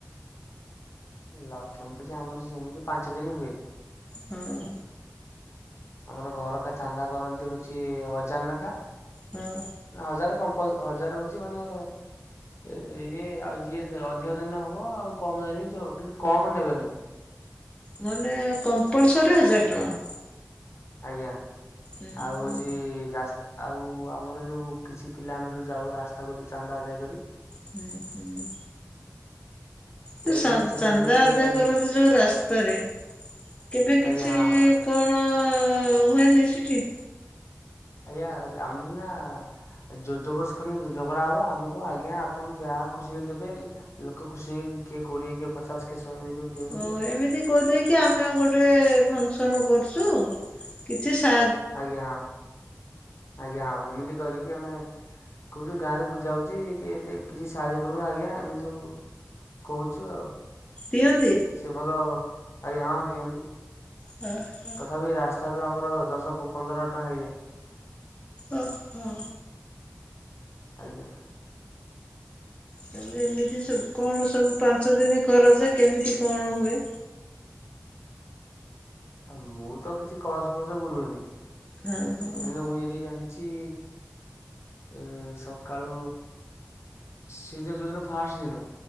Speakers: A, on the left; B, on the left.
A: ଲକ୍ଷ୍ମୀପୂଜା ଆମର ସେମିତି ପାଞ୍ଚ ଦିନ ହୁଏ।
B: ହଁ
A: ଆମର ଘରକା ଚାନ୍ଦା କରନ୍ତି ହଉଛି ହଜାରେ ନାଖା।
B: ହଁ-
A: ହଜାରେ କଂପଲ୍ ହଜାରେ ହଉଛି ମାନେ ଏ ଇଏ ଆଉ ଯିଏ ଅଧିକ ଦିନ ହବ କମିବନି ବି କିନ୍ତୁ କମ୍ ନେବେନି।
B: ମାନେ କମ୍ପଲସରୀ ହଜାର ଟଙ୍କା।
A: ଆଜ୍ଞା,
B: ହୁଁ
A: ଆଉ
B: ହୁଁ
A: ହେଉଚି ରାସ୍ତା- ଆଉ ଆମର ଯୋଉ କିଛି ପିଲା ଆମେ ସବୁ ଯାଉ ରାସ୍ତାକୁ ଯୋଉ ଚାନ୍ଦା ଦେଇକରି
B: ହୁଁ ହୁଁ
A: ଯାଇକି
B: ତୁ
A: ଯୋଉ ଛେକାଛେକି
B: ଚାନ୍ଦା
A: କରି
B: ଆଦାୟ
A: ଆଜ୍ଞା
B: କରନ୍ତି ଯୋଉ ରାସ୍ତାରେ କେବେ କିଛି
A: ଆଜ୍ଞା ହଁ
B: କଣ ହୁଏନି ସେଠି?
A: ଆଜ୍ଞା ଆମ ନା ଯୋଜବସ୍ କରିନ ଝଗଡା ହବ ଆମକୁ ଆଜ୍ଞା ଆପଣ ଯାହା ଖୁସିରେ ଦେବେ। ଲୋକ ଖୁସି ହେଇ କିଏ କୋଡିଏ କିଏ ପଚଶ କିଏ ଶହେ ଏମିତି ସବୁ ଦିଅନ୍ତି
B: ଓ
A: ଆଉ।
B: ଏମିତି କହୁଥି କି ଆମେ ଗୋଟେ ଫଙ୍କସନ୍ କରୁଛୁ କିଛି ସା
A: ଆଜ୍ଞା ହଁ ଆଜ୍ଞା ହଁ ଏମିତି କରିକି ଆମେ କହୁଛୁ ଗାଁରେ ପୂଜା ହଉଛି ଟେ କିଛି ସାହାଯ୍ୟ କରୁନ ଆଜ୍ଞା ଏମେ ସବୁ କହୁଛୁ ଆଉ।
B: ଦିଅନ୍ତି।
A: ସିଏ ଭଲ ଆଜ୍ଞା ହଁ ଦିଅନ୍ତି।
B: ହଁ ହଁ।
A: ତଥାପି ରାସ୍ତା ରୁ ଆମର ଦଶ କୁ ପନ୍ଦର ଟଙ୍କା ହେଇଯାଏ।
B: ଓହୋ।
A: ଆଜ୍ଞା।
B: ତାହେଲେ ଏମିତି ସବୁ କଣ ସବୁ ପାଞ୍ଚ ଦିନି କର ଯେ କେମିତି କଣ ହୁଏ?
A: ମୁଁ ତ କିଛି କଳସ ଫଳସ ବୁଡୁନି
B: ହଁ ହଁ ହଁ
A: କୁନ୍ତୁ ମୁଁ ଯଦି ଜାଣିଛି ଏ ସକାଳୁ ସେଇଦିନ ଯୋଉଦିନ ଫାଷ୍ଟ ଦିନ।